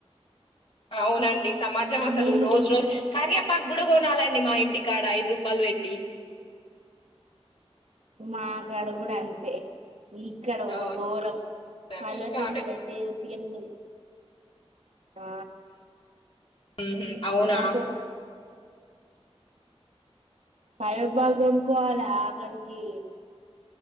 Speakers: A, on the left; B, on the right.
A: అవునన్ డి సమాజం
B: నీ
A: అసలు
B: నీళ్లు
A: రోజు
B: దొరుకుతున్
A: రోజు కాని అక్ పగ్గుడు కొనాలండి మా ఇంటికి కాడ ఐదు రూపాయలు పెట్టి
B: మాకాడ కూడా అంతే ఇక్కడ ఓ
A: అవునా
B: ఘోరం పల్లెటూర్లలో
A: మీకా
B: అయితే ఉత్తిగనే దొరుకుత ఆ
A: మ్మ్ హ్మ్ అవునా
B: మా సొం పైరు బాగా కొనుకోవాలి అక్కడికి